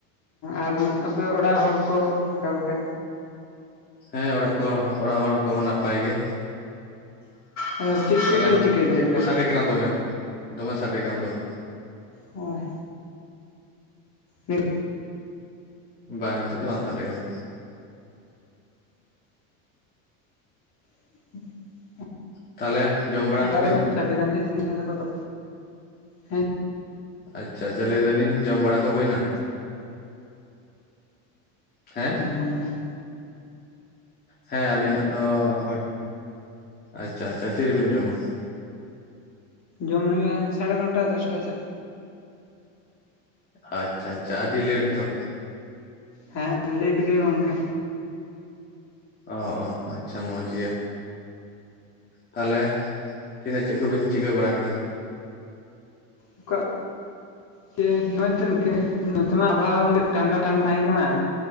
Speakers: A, on the left (about 45°); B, on the left (about 25°).
A: ᱟᱨ ᱟᱯᱮ ᱚᱲᱟᱜ ᱦᱚᱲ ᱠᱚ ᱚᱠᱟ ᱞᱮᱠᱟ?
B: ᱦᱮᱸ ᱚᱲᱟᱜ ᱠᱚ ᱚᱲᱟᱜ ᱦᱚᱲ ᱦᱚᱠᱚᱸ ᱱᱟᱯᱟᱭ ᱜᱮ᱾
A: ᱦᱮᱸ ᱪᱮᱫ ᱪᱮᱫᱵᱮᱱ
B: ᱛᱟᱦᱚᱞᱮ
A: ᱪᱤᱠᱟᱹ ᱮᱫᱟ
B: ᱪᱮᱫ
A: ᱱᱤᱛᱚᱜ?
B: ᱠᱚ ᱥᱟᱰᱮ ᱠᱟᱱᱟ ᱫᱚᱢᱮ, ᱫᱚᱢᱮ ᱥᱟᱰᱮ ᱠᱟᱱ ᱫᱚ?
A: ᱦᱳᱭ! ᱢᱤᱫ
B: ᱵᱟᱝ, ᱱᱤᱛᱚᱜ ᱫᱚ ᱵᱟᱝ ᱥᱟᱰᱮ ᱠᱟᱱᱟ᱾
A: <inaudible>
B: ᱛᱟᱦᱮᱞᱮ ᱡᱚᱢ ᱵᱟᱲᱟ ᱠᱚ
A: <inaudible>
B: ᱦᱩᱭᱱᱟ?
A: ᱛᱷᱟᱴᱮ ᱜᱟᱱ ᱫᱚ ᱤᱥᱤᱱ ᱟᱠᱟᱱ ᱛᱟᱠᱚ ᱛᱚ᱾ ᱦᱮᱸ
B: ᱟᱪᱪᱷᱟ ᱪᱷᱟ ᱞᱟᱹᱭ ᱮᱫᱟ ᱞᱤᱧ ᱡᱚᱢ ᱵᱟᱲᱟ ᱠᱚ ᱦᱩᱭ ᱮᱱᱟ? ᱦᱮᱸ?
A: ᱜᱚᱝᱠᱮᱜ
B: ᱦᱮᱸ ᱟᱹᱞᱤᱧᱟᱜ ᱫᱚ ᱦᱳᱭ, ᱟᱪᱪᱷᱟ ᱟᱪᱪᱷᱟ, ᱛᱤ ᱨᱤᱵᱤᱱ ᱡᱚᱢᱼᱟ?
A: ᱡᱚᱢ ᱦᱩᱭᱩᱜᱼᱟ, ᱥᱟᱲᱮ ᱱᱚ ᱴᱟ ᱫᱚᱥ ᱴᱟ ᱥᱮᱫ᱾
B: ᱦᱟᱻᱪᱪᱷᱟ ᱟᱪᱪᱷᱟ ᱟᱹᱰᱤ ᱞᱮᱴ ᱫᱚ?
A: ᱦᱮᱸ <unintelligible> ᱞᱮᱴ ᱜᱮ ᱜᱚᱝᱠᱮ᱾
B: ᱳᱸ ᱳᱸ ᱟᱪᱪᱷᱟ ᱢᱚᱡᱽ ᱜᱮᱭᱟᱢ᱾ ᱛᱟᱦᱮᱞᱮ ᱛᱤᱱᱟᱹ ᱪᱮᱫ ᱠᱚᱵᱤᱱ ᱪᱤᱠᱟᱹ ᱵᱟᱲᱟ ᱠᱮᱫᱟ?
A: ᱩᱠᱟᱹᱜᱼᱼ ᱪᱮ ᱱᱚᱜ-ᱚᱭ ᱛᱮᱱ ᱠᱮ, ᱱᱚᱛᱮ ᱢᱟ ᱟᱵᱷᱟᱻᱣ ᱴᱷᱟᱸᱱᱰᱟ ᱴᱷᱟᱸᱰ ᱛᱟᱦᱮᱸ ᱠᱟᱱᱟ᱾